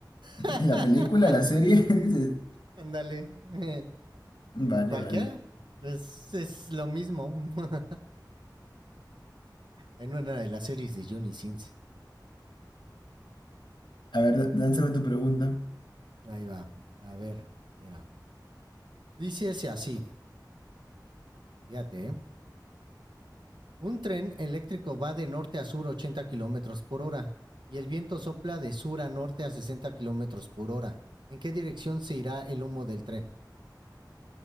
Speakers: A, on the right; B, on the left.
A: <laughs>
B: La película, la serie, <laughs> dices.
A: Ándale, <laughs>
B: Vale,
A: cualquiera.
B: vale.
A: Pues, es lo mismo <laughs> en una de las series de Johnny Sins.
B: A ver, lánzame tu pregunta.
A: Ahí va, a ver, mira. Dice ese así, fíjate, ¿eh? Un tren eléctrico va de norte a sur 80 kilómetros por hora y el viento sopla de sur a norte a 60 kilómetros por hora. ¿En qué dirección se irá el humo del tren?